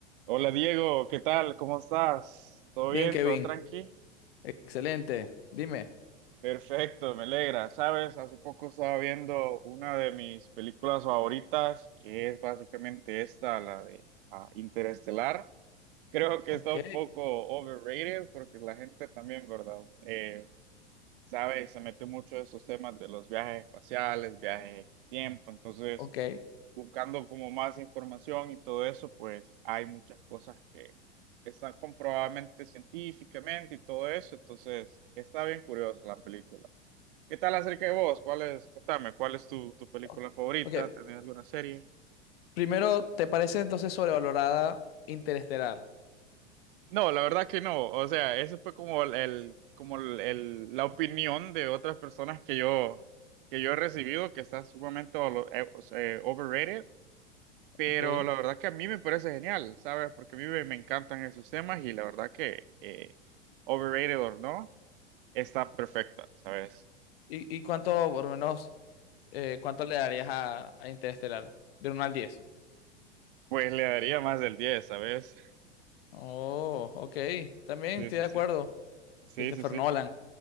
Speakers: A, on the right; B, on the left.
A: Hola Diego, ¿qué tal? ¿Cómo estás? ¿Todo
B: Bien,
A: bien?
B: Kevin.
A: ¿Todo tranqui?
B: Excelente. Dime.
A: Perfecto, me alegra. Sabes, hace poco estaba viendo una de mis películas favoritas, que es básicamente esta, la de ah, Interestelar. Creo que
B: Ok,
A: está un poco overrated porque la gente también, ¿verdad? Eh, sabe, se mete mucho en esos temas de los viajes espaciales, viajes en el tiempo. Entonces,
B: ok,
A: buscando como más información y todo eso, pues hay muchas cosas que están comprobadamente científicamente y todo eso, entonces está bien curiosa la película. ¿Qué tal acerca de vos? ¿Cuál es, contame, cuál es tu, tu película
B: ok.
A: favorita?
B: ok.
A: ¿Tenés alguna serie?
B: Primero, ¿te parece entonces sobrevalorada Interestelar?
A: No, la verdad que no, o sea, eso fue como el, el- como el, el- la opinión de otras personas que yo, que yo he recibido que está sumamente valo- eh, o sea, overrated. Pero
B: Ok.
A: la
B: ¿Y,
A: verdad que a mí me parece genial, ¿sabes? Porque a mí me, me encantan esos temas y la verdad que eh, overrated o no, está perfecta, ¿sabes?
B: y cuánto, por lo menos, eh, cuánto le darías a, a Interestelar? De uno al 10.
A: Pues le daría más del diez, ¿sabes?
B: Oh, ok. También
A: Sí,
B: estoy
A: sí,
B: de
A: sí.
B: acuerdo.
A: Sí,
B: Christopher
A: sí, sí.
B: Nolan.